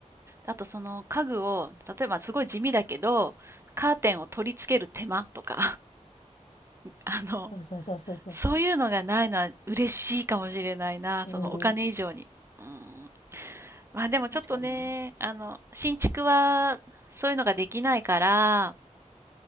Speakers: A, on the right; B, on the left.
A: あとその家具を例えばすごい地味だけどカーテンを取り付ける手間とかあの、
B: そうそうそうそうそうそう。
A: そういうのがないのは嬉しいかもしれないな、そのお金以上に。
B: うん、
A: うん。まあでもちょっとね、
B: 確かにね。
A: あの、新築はそういうのができないから、